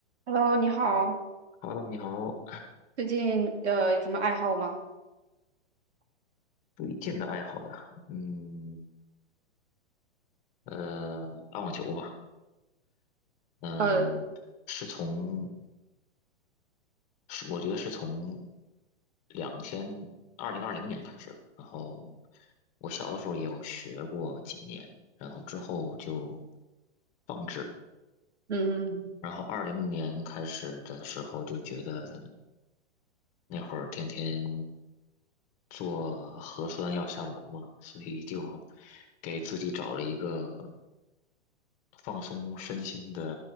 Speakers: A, on the right; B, on the left.
A: Hello，你好，
B: Hello，你好，
A: 最近呃有什么爱好吗？
B: 最近的爱好呀，嗯，呃，打网球吧，嗯，
A: 呃，
B: 是从，是我觉得是从两千二零二零年开始，然后我小的时候也有学过几年，然后之后就放置，
A: 嗯，
B: 然后二零年开始的时候就觉得那会儿天天做核酸要下楼嘛，所以就给自己找了一个。放松身心的